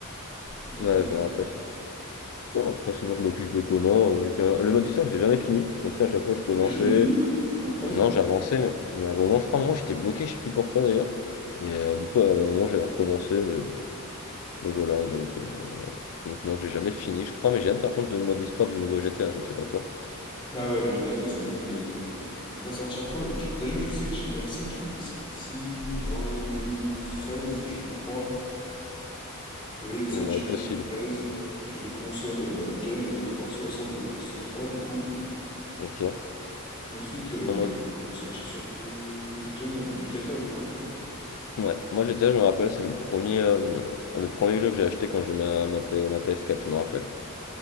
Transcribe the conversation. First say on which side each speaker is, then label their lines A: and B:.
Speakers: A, on the left; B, on the left.
A: Exactement.
B: Ouais, je me rappelle. Non, après, sinon, je m'occupais comment? euh, j'ai fait un- Le mode histoire, je l'ai jamais fini, parce que, tu sais, à chaque fois, je commençais.
A: Tu l'as jamais fini? Il est incroyable.
B: Non, j'avançais, mais, mais à un moment, je crois, à un moment, j'étais bloqué, je sais plus pourquoi d'ailleurs. Et euh, du coup, à un moment, j'avais recommencé, mais, mais voilà, donc. euh, Donc non, j'ai jamais fini, je crois, mais j'ai hâte par contre de mode histoire du nouveau GTA, je sais pas toi.
A: Bah ouais, le GTA 6, ça va être dingue, mais il va sortir quand? J- Déjà, je sais que GTA cinq, il était sorti en 2013, je crois. Oui, il est sorti
B: On a
A: en
B: possible.
A: deux mille treize sur les consoles euh, old gen, là, les trois cent soixante et ps trois, du coup.
B: Ok.
A: Et ensuite, euh,
B: Non,
A: bah,
B: moi,
A: il est ressorti sur les euh, next gen en 2014, à peu près.
B: je- ouais. Moi GTA, je me rappelle, c'est le premier, euh, le premier jeu que j'ai acheté quand j'ai eu ma, ma, P- ma PS4, je me rappelle.